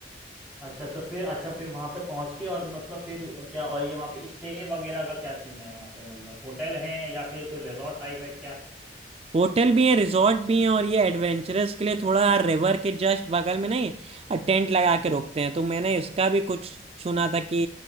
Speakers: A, in the centre; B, on the right.
A: अच्छा तो फिर अच्छा फिर वहाँ पे पहुँच के और मतलब फिर क्या और ये वहाँ पे स्टे वगैरह का क्या सीन है वहाँ पे मतलब होटल है या फिर कोई रिजॉर्ट टाइप है क्या
B: होटल भी है रिजॉर्ट भी है और ये एडवेंचरस के लिए थोड़ा रिवर के जस्ट बगल में नहीं टेंट लगा
A: हम्म,
B: के रुकते हैं तो मैंने इसका भी कुछ सुना था कि